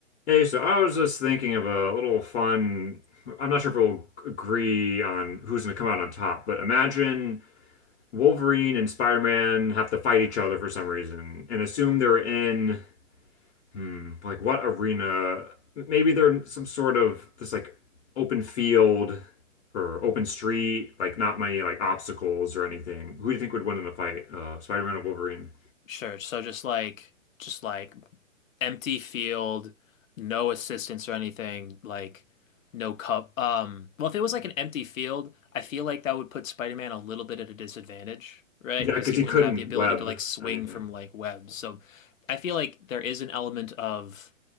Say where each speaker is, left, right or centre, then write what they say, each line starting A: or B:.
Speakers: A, on the left; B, on the left.
A: Hey, so I was just thinking of a little fun. I'm not sure if we'll agree on who's going to come out on top, but imagine Wolverine and Spider-Man have to fight each other for some reason and assume they're in, hmm, like what arena? Maybe they're in some sort of just like open field or open street, like not many like obstacles or anything. Who do you think would win in a fight? Uh, Spider-Man or Wolverine?
B: Sure. So just like just like empty field, no assistance or anything, like no cup. Um, well, if it was like an empty field, I feel like that would put Spider-Man a little bit at a disadvantage, right?
A: Yeah,
B: Because
A: because
B: he
A: he
B: wouldn't
A: couldn't
B: have the ability
A: web
B: to like swing
A: anything.
B: from like webs. So I feel like there is an element of